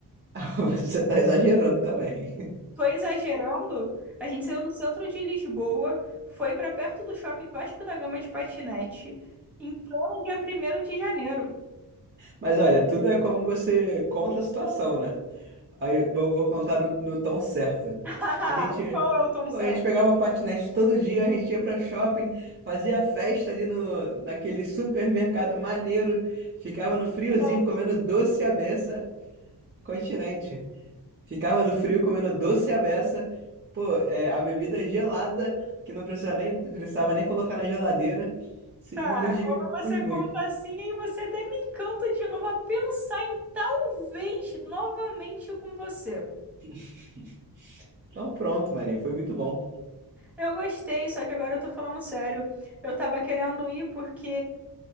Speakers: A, on the right; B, in the centre.
A: <laughs> Você tá exagerando também. <laughs>
B: Foi exagerando, a gente saiu do centro de Lisboa, foi pra perto do shopping Vasco da Gama de patinete, em pleno dia primeiro de janeiro.
A: Mas olha, tudo é como você conta a situação, né? Aí eu vou contar no, no tom certo.
B: <laughs>
A: A gente,
B: Qual é o tom
A: pô,
B: certo?
A: a gente pegava patinete todo dia, a gente ia pra shopping, fazia festa ali no, naquele supermercado maneiro, ficava no friozinho
B: né?
A: comendo doce à beça, continente. Ficava no frio comendo doce à beça, pô, é, a bebida gelada, que não precisava nem, precisava nem colocar na geladeira. Se-
B: Tá,
A: Nos divertimos
B: quando você
A: muito.
B: conta assim, aí você até me encanta de novo a pensar em talvez novamente com você.
A: <laughs> Então pronto, Maria, foi muito bom.
B: Eu gostei, só que agora eu tô falando sério. Eu tava querendo ir porque